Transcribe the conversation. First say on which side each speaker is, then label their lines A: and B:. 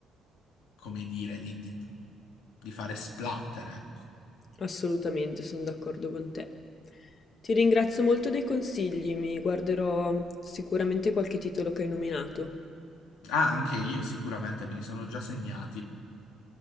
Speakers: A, on the left; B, on the left.
A: come dire, di, di- di fare splatter, ecco.
B: Assolutamente, sono d'accordo con te. Ti ringrazio molto dei consigli, mi guarderò sicuramente qualche titolo che hai nominato.
A: Ah, anche io sicuramente me li sono già segnati.